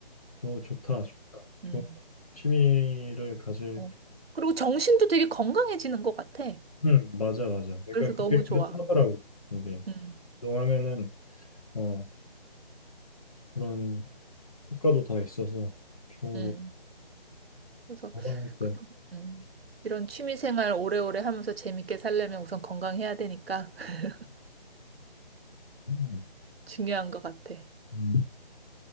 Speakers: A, on the left; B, on the right.
A: 오, 좋다, 좋다.
B: 음.
A: 좋은 취미를 가질.
B: 어. 그리고 정신도 되게 건강해지는 것 같아.
A: 음, 맞아, 맞아. 그러니까
B: 그래서 너무
A: 그게
B: 좋아.
A: 그렇더라고. 하 이게
B: 음.
A: 운동하면은 어 그런 효과도 다 있어서 좋은
B: 음.
A: 거.
B: 그래서
A: 건강할 때.
B: 음. 이런 취미 생활 오래오래 하면서 재밌게 살려면 우선 건강해야 되니까 <laughs>
A: <laughs>
B: 중요한 것 같아.
A: 음,